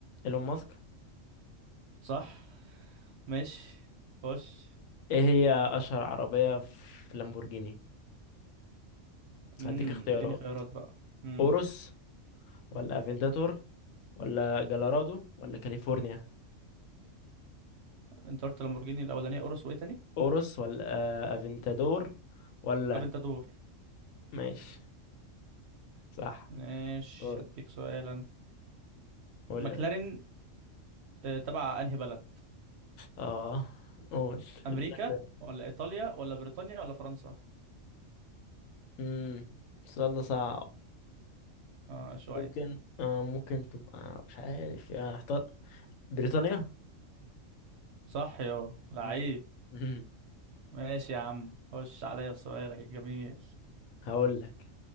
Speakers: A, on the left; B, on the right.
A: ايلون ماسك
B: صح ماشي خش
A: ايه هي اشهر عربية في لامبورجيني
B: امم
A: هديك اختيارات
B: اديني خيارات بقى امم
A: اورس ولا افنتاتور ولا جلورادو ولا كاليفورنيا
B: انت قلت لامبورجيني الاولانية اورس وايه تاني
A: اوروس ولا آه، افنتادور ولا
B: افنتادور
A: ماشي صح
B: ماشي
A: قول.
B: اديك سؤالا
A: قول
B: ماكلارين
A: يا باشا
B: آه، تبع انهي بلد
A: اه قول
B: امريكا
A: ادينا اختيار
B: ولا ايطاليا ولا بريطانيا ولا فرنسا
A: امم السؤال ده صعب
B: اه شوية
A: ممكن آه ممكن تبقى مش عارف يا اختار بريطانيا
B: صح يو لعيب
A: مم. مم.
B: ماشي يا عم خش عليا بسؤالك الجميل
A: هقول لك